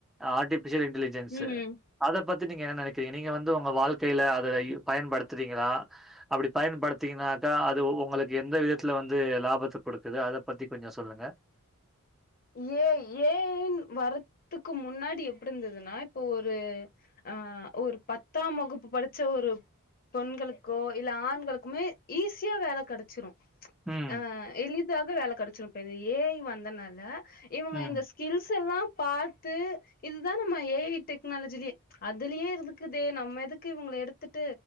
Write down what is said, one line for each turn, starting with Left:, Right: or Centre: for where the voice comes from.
Centre: ஆர்டிபிஷல் இன்டலிஜென்ஸ்ஸு
Left: ம்
Centre: அத பத்தி நீங்க என்ன நினைக்கிறீங்க நீங்க வந்து உங்க வாழ்க்கையில அதை பயன்படுத்துறீங்களா அப்டி பயன்படுத்தீங்கனாக்கா அது உங்களுக்கு எந்த விதத்துல வந்து லாபத்தை கொடுக்குது அதை பத்தி கொஞ்சம் சொல்லுங்க
Left: ஏ ஐ ஏ ஐ வரறதுக்கு முன்னாடி எப்டி இருந்ததுன்னா இப்போ ஒரு ஆ ஒரு பத்தாம் வகுப்பு படிச்ச ஒரு பெண்களுக்கோ இல்ல ஆண்களுக்குமே ஈஸியா வேல கெடைச்சிரும்
Centre: ம்.
Left: ஆ எளிதாக வேல கெடைச்சுரும் இப்ப இந்த ஏ ஐ வந்தனால இவங்க
Centre: ம்.
Left: இந்த ஸ்கில்ஸ் எல்லா பாத்து இதுதா நம்ம ஏ ஐ டெக்னாலஜிலயே அதுலயே இருக்குதே நம்ம எதுக்கு இவங்கள எடுத்துட்டு